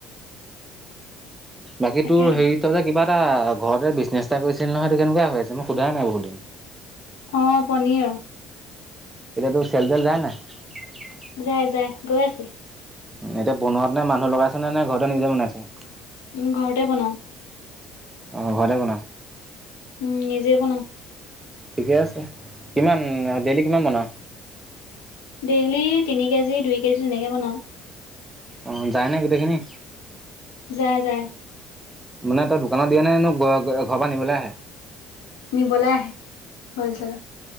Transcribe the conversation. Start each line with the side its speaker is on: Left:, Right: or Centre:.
Right: বাকী
Left: তাকেতো
Right: তোৰ হেৰিত যে কিবা কিবা ঘৰতে বিজনেছ এটা কৰিছিল নহয়টো কেনেকুৱা হৈ আছে মই সোধাই নাই বহুত দিন
Left: অ পনিৰ অ
Right: এতিয়া তোৰ চেল জেল যায় নাই
Left: যাই যায় গৈ আছে
Right: এতিয়া বনোৱাত নে মানুহ লগাইছে নে নে ঘৰতে নিজে বনাইছে
Left: ঘৰতে বনাও
Right: অ ঘৰতে বনায়
Left: উম নিজে বনাওঁ
Right: ঠিকে আছে কিমান দেইেলি কিমান বনাও
Left: ডেইলি তিনি কেজি দুই কেজি তেনেকে বনাও
Right: অ যায়নে গোটেইখিনি
Left: যায়াই যায়
Right: মানে তই দোকানত দিয়ে নে নো ঘ ঘৰ পৰা আনিবলৈ আহে
Left: নিবলৈ আহে হ'ল চেল